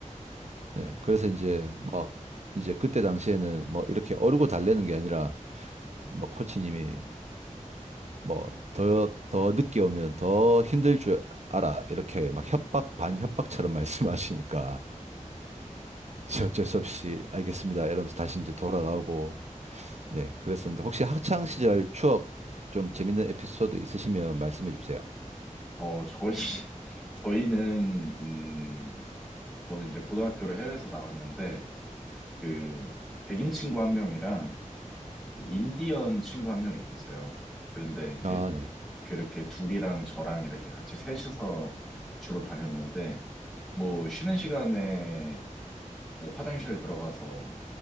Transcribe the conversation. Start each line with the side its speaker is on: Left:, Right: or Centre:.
Right: 네, 그래서 이제 막, 이제 그때 당시에는 뭐 이렇게 어르고 달래는 게 아니라, 뭐 코치님이 뭐 더, 더 늦게 오면 더 힘들 줄 알아. 이렇게 막 협박, 반협박처럼 <laughs> 말씀하시니까. 이제 어쩔 수 없이 알겠습니다. 이러면서 다시 이제 돌아가고 네 그랬었는데 혹시 학창 시절 추억 좀 재밌는 에피소드 있으시면 말씀해 주세요.
Centre: 어, 저희, <laughs> 저희는, 음, 저는 이제 고등학교를 해외에서 나왔는데, 그, 백인 친구 한 명이랑 인디언 친구 한 명이 있었어요. 그런데 이제
Right: 아 네.
Centre: 그렇게 둘이랑 저랑 이렇게 같이 셋이서 주로 다녔는데, 뭐, 쉬는 시간에 뭐 화장실 들어가서,